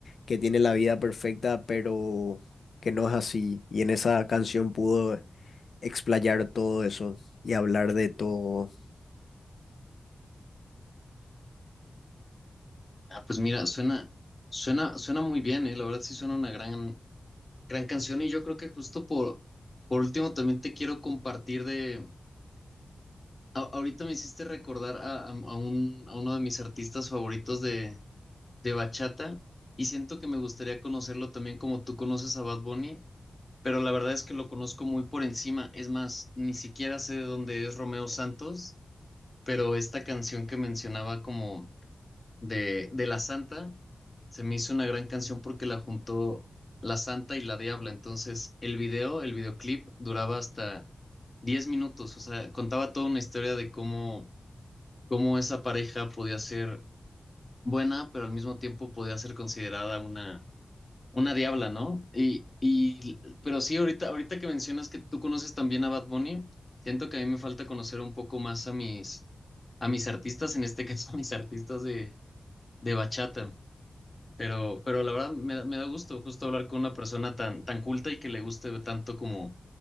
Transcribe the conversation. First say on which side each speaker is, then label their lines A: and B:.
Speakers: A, on the left; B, on the left.
A: que tiene la vida perfecta, pero que no es así. Y en esa canción pudo explayar todo eso y hablar de todo.
B: Ah, pues mira, suena, suena, suena muy bien, ¿eh? La verdad sí suena una gran, Gran canción y yo creo que justo por, por último también te quiero compartir de, a- ahorita me hiciste recordar a, a- a un, a uno de mis artistas favoritos de, de bachata y siento que me gustaría conocerlo también como tú conoces a Bad Bunny, pero la verdad es que lo conozco muy por encima, es más, ni siquiera sé de dónde es Romeo Santos, pero esta canción que mencionaba como de, de La Santa, se me hizo una gran canción porque la juntó La Santa y La Diabla. Entonces, el video, el videoclip duraba hasta 10 minutos, o sea, contaba toda una historia de cómo, cómo esa pareja podía ser buena, pero al mismo tiempo podía ser considerada una, una diabla, ¿no? Y, y, pero sí, ahorita, ahorita que mencionas que tú conoces también a Bad Bunny, siento que a mí me falta conocer un poco más a mis, a mis artistas, en este caso <laughs> a mis artistas de, de bachata. Pero, pero la verdad me, da- me da gusto justo hablar con una persona tan, tan culta y que le guste tanto como